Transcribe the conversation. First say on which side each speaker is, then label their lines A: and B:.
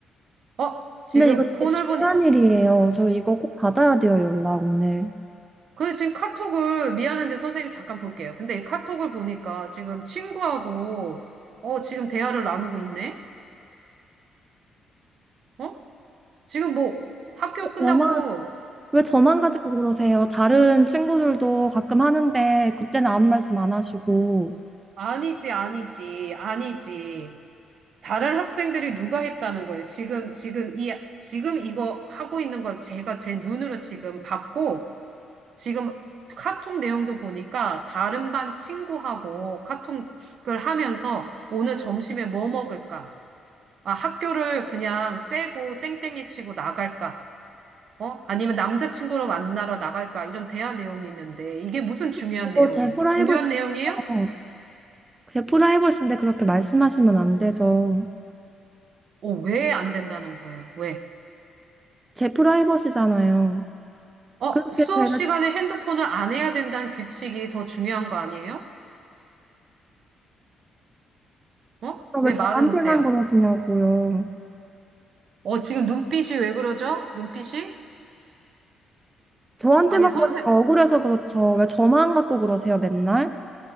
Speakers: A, on the right (about 55°); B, on the right (about 20°).
A: 어, 지금
B: 근데 이거
A: 폰을
B: 되게 중요한
A: 보니,
B: 일이에요. 저 이거 꼭 받아야 돼요, 연락 오늘.
A: 그 지금 카톡을, 미안한데 선생님 잠깐 볼게요. 근데 이 카톡을 보니까 지금 친구하고, 어, 지금 대화를 나누고 있네? 어? 지금 뭐 학교
B: 왜
A: 끝나고,
B: 저만, 왜 저만 가지고 그러세요? 다른 친구들도 가끔 하는데 그때는 아무 말씀 안 하시고.
A: 아니지, 아니지, 아니지. 다른 학생들이 누가 했다는 거예요. 지금, 지금 이, 지금 이거 하고 있는 걸 제가 제 눈으로 지금 봤고, 지금 카톡 내용도 보니까 다른 반 친구하고 카톡을 하면서 오늘 점심에 뭐 먹을까? 아, 학교를 그냥 째고 땡땡이 치고 나갈까? 어? 아니면 남자친구를 만나러 나갈까? 이런 대화 내용이 있는데, 이게 무슨 중요한
B: 그거
A: 내용이에요?
B: 제 프라이버시예요.
A: 중요한 내용이에요?
B: 제 프라이버시인데 그렇게 말씀하시면 안 되죠.
A: 어, 왜 안 된다는 거예요? 왜?
B: 제 프라이버시잖아요.
A: 어,
B: 그렇게
A: 수업
B: 제가
A: 시간에 핸드폰을 안 해야 된다는 규칙이 더 중요한 거 아니에요? 어? 왜
B: 왜 저한테만
A: 말을 못 해요?
B: 그러시냐고요.
A: 어, 지금 눈빛이 왜 그러죠? 눈빛이?
B: 저한테만
A: 아니, 선생,
B: 그러니까 억울해서 그렇죠. 왜 저만 갖고 그러세요, 맨날?